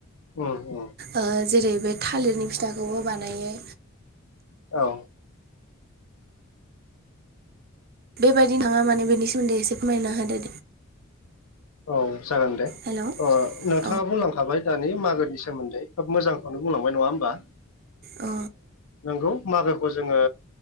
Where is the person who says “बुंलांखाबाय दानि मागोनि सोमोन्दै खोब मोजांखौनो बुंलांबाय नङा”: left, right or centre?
Left